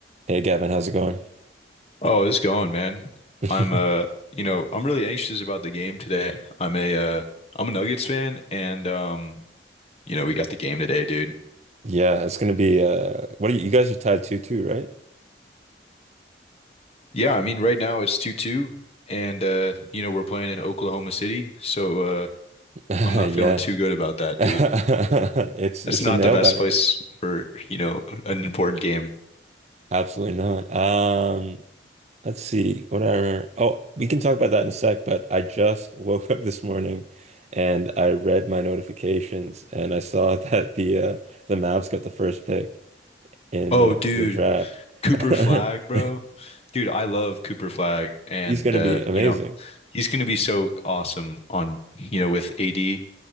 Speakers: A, on the right; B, on the left.
A: Hey Gavin, how's it going?
B: Oh, it's going, man.
A: <laughs>
B: I'm uh, you know, I'm really anxious about the game today. I'm a uh, I'm a Nuggets fan, and um, you know, we got the game today, dude.
A: Yeah, it's gonna be uh what are you, you guys are tied tattooed too, right?
B: Yeah, I mean, right now it's 2-2, and uh, you know, we're playing in Oklahoma City, so uh,
A: <laughs> Yeah.
B: I'm not feeling too good about that,
A: <laughs> It's
B: dude. That's
A: it's
B: not
A: a nail
B: the best
A: biter.
B: place for, you know, an important game.
A: Absolutely not. Um let's see what I remember. Oh, we can talk about that in a sec, but I just <laughs> woke up this morning and I read my notifications and I saw <laughs> that the uh the Mavs got the first pick in
B: Oh,
A: the
B: dude,
A: the draft.
B: Cooper
A: <laughs>
B: Flag, bro. Dude, I love Cooper Flag and
A: He's gonna
B: uh,
A: be amazing.
B: you know, he's going to be so awesome on, you know, with AD.